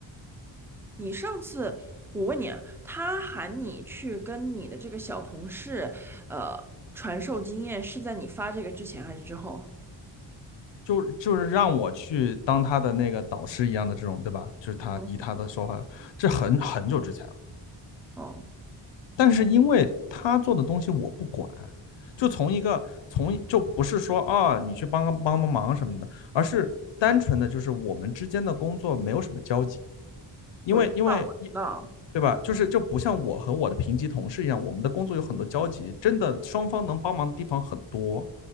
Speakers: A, in the centre; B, on the left.
A: 你上次我问你啊，他喊你去跟你的这个小同事，呃，传授经验，是在你发这个之前还是之后？
B: 就就是让我去当他的那个导师一样的这种，对吧？就是他以他的说法，
A: 嗯
B: 这很很久之前了。
A: 哦，
B: 但是因为他做的东西我不管，就从一个从就不是说啊你去帮帮帮帮忙什么的，而是单纯的就是我们之间的工作没有什么交集，因为因为你
A: 我知道，我知道，
B: 对吧？就是就不像我和我的平级同事一样，我们的工作有很多交集，真的双方能帮忙的地方很多，